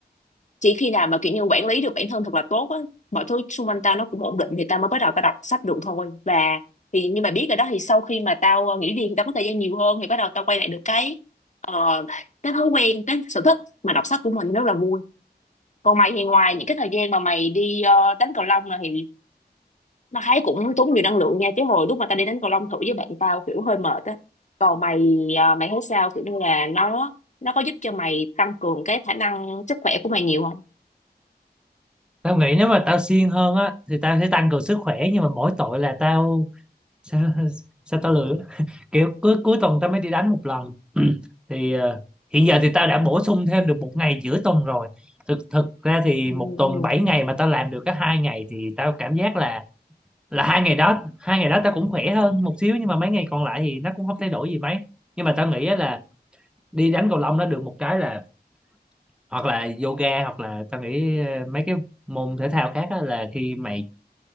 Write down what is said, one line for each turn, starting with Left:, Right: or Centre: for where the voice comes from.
Left: chỉ khi nào mà kiểu như quản lý được bản thân thật là tốt á mọi thứ xung quanh tao nó cũng ổn định thì tao mới bắt đầu tao đọc sách được thôi và thì nhưng mà biết rồi đó thì sau khi mà tao ờ, nghỉ việc thì tao có thời gian nhiều hơn thì bắt đầu tao quay lại được cái ờ, cái thói quen cái sở thích mà đọc sách của mình rất là vui còn mày thì ngoài những cái thời gian mà mày đi ờ, đánh cầu lông này thì nó thấy cũng tốn nhiều năng lượng nha chứ hồi lúc mà tao đi đánh cầu lông thử với bạn tao kiểu hơi mệt á còn mày ờ, mày thấy sao kiểu như là nó nó có giúp cho mày tăng cường cái khả năng sức khỏe của mày nhiều không
Centre: tao nghĩ nếu mà tao siêng hơn á thì tao sẽ tăng cường sức khỏe nhưng mà mỗi tội là tao <laughs> sao, sao tao lười kiểu cuối cuối tuần tao mới đi đánh một lần <clears throat> thì ờ, hiện giờ thì tao đã bổ sung thêm được một ngày giữa tuần rồi thực thực ra thì
Left: Ừ.
Centre: một tuần 7 ngày mà tao làm được cái hai ngày thì tao cảm giác là là hai ngày đó hai ngày đó tao cũng khỏe hơn một xíu nhưng mà mấy ngày còn lại thì nó cũng không thay đổi gì mấy nhưng mà tao nghĩ á là đi đánh cầu lông nó được một cái là hoặc là yoga hoặc là tao nghĩ ờ, mấy cái môn thể thao khác á là khi mày